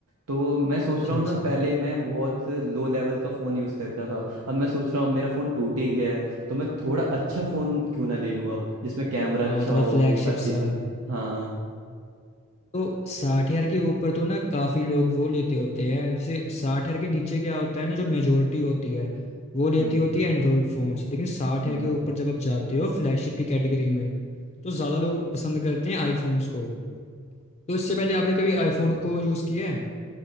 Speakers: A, on the right; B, on the left.
A: तो मैं सोच
B: अच्छा
A: रहा
B: अच्छा
A: हूँ ना पहले मैं बहुत लो लेवल का फ़ोन यूज़ करता था अब मैं सोच रहा हूँ अब मेरा फ़ोन टूट ही गया है तो मैं थोड़ा अच्छा फ़ोन क्यों ना ले लूँ अब जिसमें कैमरा अच्छा
B: हाँ थोड़ा
A: हो
B: फ्लैगशिप
A: हर चीज़
B: सा
A: हाँ हाँ
B: तो साठ हजार के ऊपर तो ना काफ़ी लोग वो लेते होते हैं जैसे साठ हजार के नीचे क्या होता है ना जो मेजोरिटी होती है वो लेती
A: हम्म
B: होती है एंड्रॉयड फ़ोन्स लेकिन साठ
A: हम्म
B: हजार के ऊपर जब आप जाते हो फ्लैगशिप की कैटेगरी में तो ज़्यादा लोग पसंद करते हैं आईफोन्स को तो इससे पहले आपने कभी आईफोन
A: हम्म
B: को यूज़ किया है